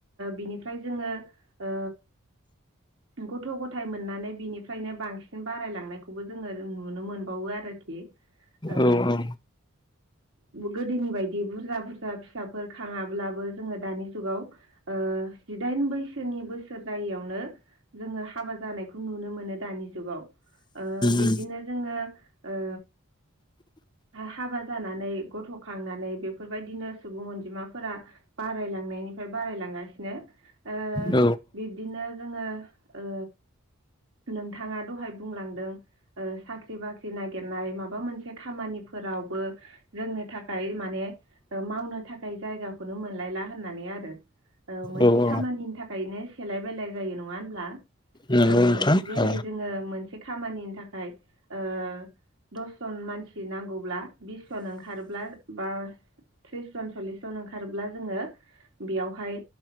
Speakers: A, on the right (about 65°); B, on the left (about 20°).
A: बिनिफ्राय जोङो ओ गथ' गथाय मोननानै बिनिफ्रायनो बांसिन बारायलांनायखौबो जोङो नुनो मोनबावो आरोखि। ओ
B: औ औ।
A: गोदोनि बायदि बुरजा बुरजा फिसाफोर खाङाब्लाबो जोङो दानि जुगाव ओ जिदाइ बैसोनि बोसोर जायैयावनो जोङो हाबा जानायखौ नुनो मोनो दानि जुगाव। बिब्दिनो
B: औ
A: जोङो ओ
B: <inaudible>
A: हाबा जानानै गथ'खांनानै बेफोरबायदिनो सुबुं अनजिमाफोरा बारायलांनायनि बारायलांगासिनो ओ
B: औ
A: बिब्दिनो जोङो ओ नोंथाङा दहाय बुंलांदों साख्रि बाख्रि नागिरनाय माबा मोनसे खामानि फोरावबो जोंनो थाखाय माने मावनो थाखाय जायगाखौनो मोनलायला होननानै आरो मोनसे
B: औ औ
A: खामानिनि थाखायनो सेलाय बेलाय जायो। नङा होनब्ला?
B: नंगौ
A: ओ
B: नोंथां
A: जेरै
B: औ
A: जोङो मोनसे खामानिनि थाखाय ओ दसजन मानसि नांगौब्ला बिस जन ओंखारोब्ला बा थ्रिस जन सल्लिस जन ओंखारोब्ला जोङो बेयावहाय